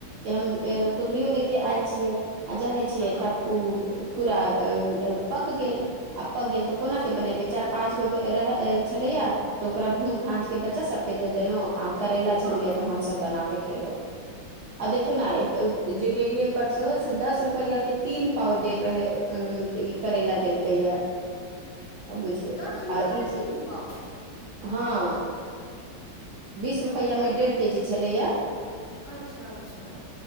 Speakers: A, on the right; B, on the left.
A: के हम
B: ह
A: कुद्रियो ले के आयल छियै आ जाने छियै,
B: बताउ
A: तब ओ पूरा पक गेल आ पक गेल तऽ कोना
B: जा
A: के बनेब चार पाँच गो रह छलैया तो ओकरा भूंज भाज के बच्चा सबके द देलो आप करैला
B: हँ
A: छलियै तऽ हमस बना के खेलहु आ देखियौ
B: अरे
A: नऽ जे गेलियै परसो से दस रुपैआ के तीन पाव दे रहै ई करैला देलकैया आ बुझयो
B: दस रुपआ
A: आ ई
B: के तीन पाव
A: हँ बीस
B: तो
A: रुपैआमे
B: बड
A: डेढ़ के जी छलैए।
B: अच्छा अच्छा